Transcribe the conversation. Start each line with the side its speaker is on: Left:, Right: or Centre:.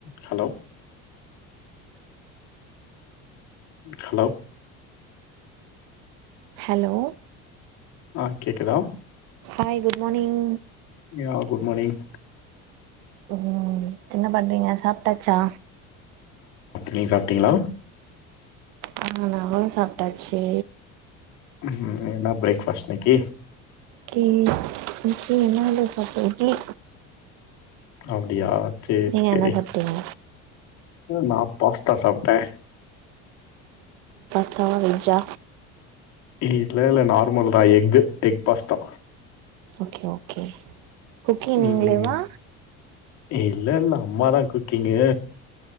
Left: Hello hello
Right: hello
Left: ஆஹ் கேக்குதா
Right: hi good மானிங்
Left: யா good மானிங்
Right: உம் என்ன பண்றீங்க சாப்டாச்சா
Left: நீங் சாப்டீங்ளா
Right: ஆஹ் நானு சாப்டாச்சு
Left: உம் என்ன பிரேக்ஃபாஸ்ட் இன்னக்கி
Right: க்கே என்னால்ல சாப்பட இட்லி
Left: அப்டியா சரி
Right: நீங்க
Left: சரி
Right: என்ன சாப்ட்டீங்க
Left: நா பாஸ்தா சாப்ட்ட
Right: த்தா‌ வெஜ்ஜா
Left: ஏ இல்லல நார்மல் தா எஃகு egg pasta
Right: okay okay cooking
Left: உம்
Right: நீங்களேவா
Left: இல்ல ல்ல அம்மாதா குக்கிங்கு